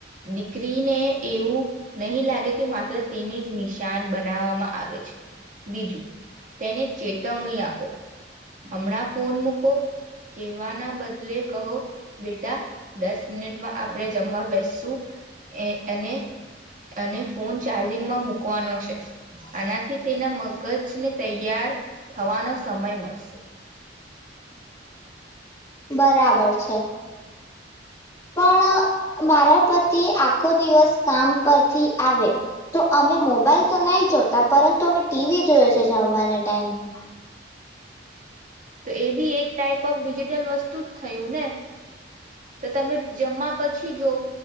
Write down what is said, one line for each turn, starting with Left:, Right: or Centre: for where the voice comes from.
Right: દીકરીને એવું નહી લાગે કે માત્ર તેને જ નિશાન બનાવવામાં આવે છે બીજું તેને ચેતવણી આપો હમણાં ફોન મૂકો કહેવાના બદલે કહો બેટા દસ મિનિટમાં આપણે જમવા બેસશું અને અને ફોન ચાર્જિંગમાં મૂકવાનો છે આનાથી તેના મગજને તૈયાર થવાનો સમય મળશે
Left: બરાબર છે પણ મારા પતિ આખો દિવસ કામ પરથી આવે તો અમે મોબાઈલ તો નહી જોતા પરંતુ અમે ટીવી જોય છે જમવાના ટાઈમ પર
Right: તો એ બી એક ટાઈપ ઓફ ડિજિટલ વસ્તુ જ થયું ને તો તમે જમવા પછી જોવ